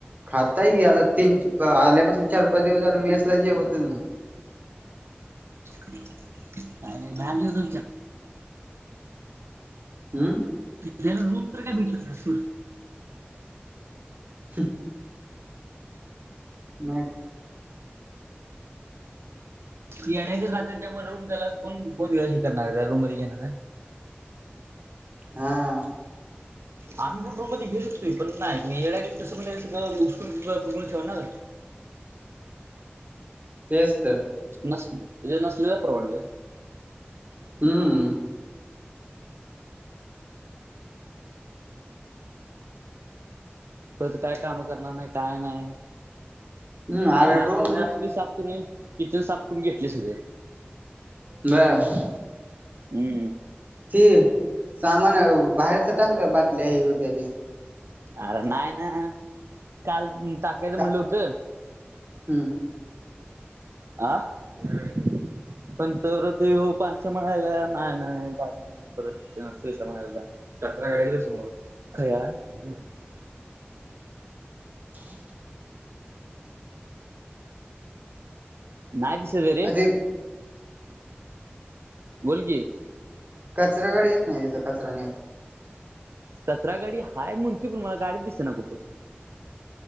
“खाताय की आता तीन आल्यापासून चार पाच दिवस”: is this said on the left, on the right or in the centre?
Right